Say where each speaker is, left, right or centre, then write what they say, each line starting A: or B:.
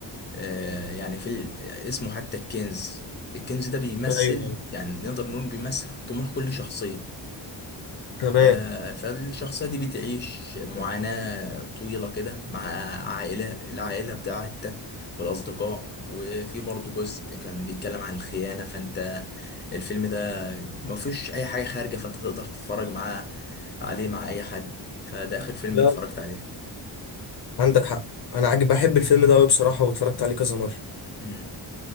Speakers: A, on the left; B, on the left.
A: آه يعني في ال- اسمه حتى الكنز الكنز ده بيمثل
B: ايوه ايوه
A: يعني نقدر نقول بيمثل طموح كل شخصيه
B: تمام
A: آه، فالشخصية دي بتعيش معاناة طويلة كده مع عائلة العائلة بتاعتها والأصدقاء وفي برضه جزء كان بيتكلم عن الخيانة فأنت الفيلم ده مفيش أي حاجة خارجة فأنت تقدر تتفرج معاه عليه مع أي حد فده آخر فيلم
B: لا
A: اتفرجت عليه
B: عندك حق انا عاجب بحب الفيلم ده قوي بصراحه واتفرجت عليه كذا مره
A: مم.